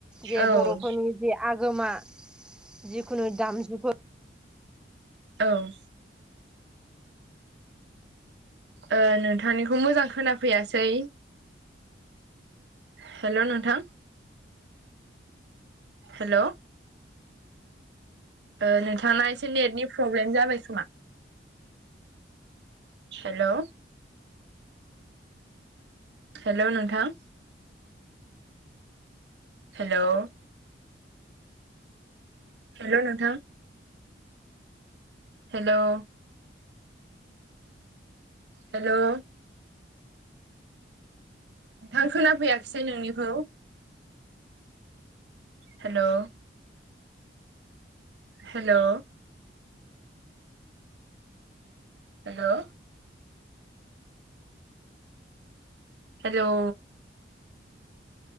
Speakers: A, in the centre; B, on the right (about 70°).
A: जे
B: औ
A: बर'फोरनि जे आगोमा जिखुनु दामजुफोर
B: औ। ओ नोंथांनिखौ मोजां खोनाफैयासै। हेल' नोंथां हेल' ओ नोंथांना एसे नेटनि प्रब्लेम जाबाय खोमा। हेलौ। हेलौ नोंथां। हेलौ। हेलौ नोंथां। हेलौ। हेलौ। आं खोनाफैयाखिसै नोंनिखौ। हेलौ। हेलौ। हेलौ। हेलौ।